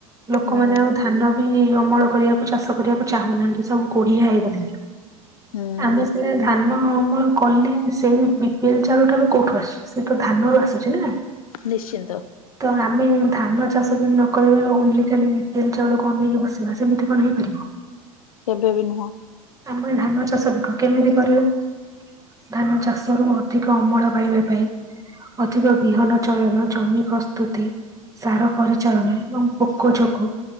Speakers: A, on the right (about 15°); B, on the left (about 70°).
A: ଲୋକମାନେ
B: ହୁଁ
A: ଆଉ ଧାନ ବି ଅମଳ କରିବାକୁ ଚାଷ କରିବାକୁ ଚାହୁଁନାହାନ୍ତି ସବୁ କୋଡ଼ିହା ହେଇଗଲେଣି।
B: ହୁଁ
A: ଆମେ ସିନା ଧାନ ଅମଳ କଲେ ସେଇ ବି ପି ଏଲ ଚାଉଳ ଟା ବି କୋଉଠୁ ଆସୁଚି ସେ ତ ଧାନରୁ ଆସୁଛି ନା।
B: ନିଶ୍ଚିନ୍ତ।
A: ତ ଆମେ ଧାନ ଚାଷ ଯମି ନକରିବା ଓନ୍ଲି ଖାଲି ବି ପି ଏଲ ଚାଉଳ କୁ ଅନେଇକି ବସିବା ସେମିତି କଣ ହେଇପାରିବ।
B: କେବେ ବି ନୁହଁ।
A: ଆମେ ଧାନ ଚାଷ ଦେଖ କେମିତି କରିବା। ଧାନ ଚାଷରୁୁ ଅଧିକ ଅମଳ ପାଇବା ପାଇଁ ଅଧିକ ବିହନ ଚଳନ ଜମି ପ୍ରସ୍ତୁତି ସାର ପରିଚାଳନା ଏବଂ ପୋକ ଯୋକ